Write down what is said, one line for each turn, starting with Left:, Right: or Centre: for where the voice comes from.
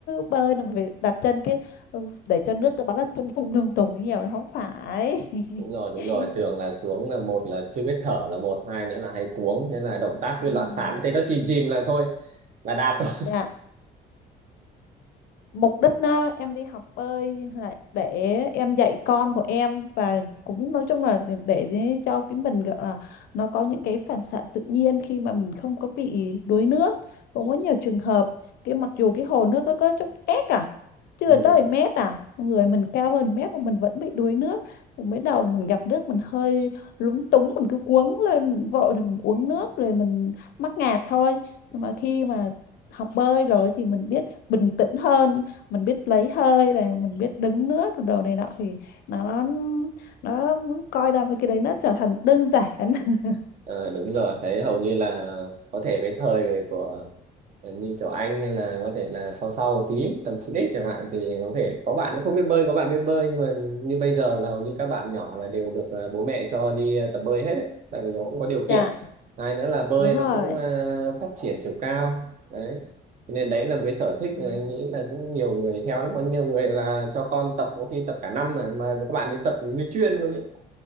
Left: bơi là mình phải đạp chân cái ừ, để cho nước nó bắn ra tung tung tung tung nhiều nó không phải.
Right: đúng rồi đúng
Left: <laughs>
Right: rồi thường là xuống là một là chưa biết thở là một hai nữa là hay cuống thế là động tác
Left: Ừm.
Right: cứ loạn xạ thế nó chìm chìm là thôi là đạp thôi
Left: Dạ. mục đích á, em đi học bơi là để em dạy con của em và cũng nói chung là để, để để cho cái mình gọi là nó có những cái phản xạ tự nhiên khi mà mình không có bị đuối nước cũng có nhiều trường hợp cái mặc dù cái hồ nước nó có chút ép à chưa
Right: <laughs> ừ.
Left: tới mét à người mình cao hơn mét mà mình vẫn bị đuối nước Thì mới đầu mình gặp nước mình hơi lúng túng mình cứ cuống lên mình vội rồi mình uống nước rồi mình mắc ngạt thôi nhưng mà khi mà học bơi rồi thì mình biết bình tĩnh hơn mình biết lấy hơi này mình biết đứng nước đồ này nọ thì nó nó coi ra mấy cái đấy nó trở thành đơn giản <laughs>
Right: Ờ, đúng rồi thấy hầu như là có thể cái thời của ờ, như kiểu anh hay là có thể là sau sau một tí tầm 9x chẳng hạn thì có thể có bạn nó không biết bơi có bạn biết bơi nhưng mà như bây giờ là hầu như các bạn nhỏ là đều được ờ, bố mẹ cho đi ờ, tập bơi hết ấy. tại vì nó cũng có điều
Left: dạ
Right: kiện hai nữa là bơi
Left: đúng
Right: nó
Left: rồi
Right: cũng ờ, phát triển chiều cao đấy Cho nên đấy là một cái sở thích
Left: Ừ.
Right: mà em nghĩ là cũng nhiều người theo lắm có nhiều người là cho con tập có khi tập cả năm mà mà các bạn ấy tập như chuyên luôn ấy